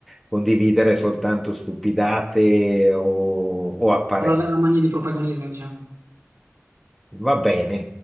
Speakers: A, in the centre; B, on the right.
A: condividere soltanto stupidate o, o apparenze.
B: ad avere la mania di protagonismo, diciamo.
A: Va bene.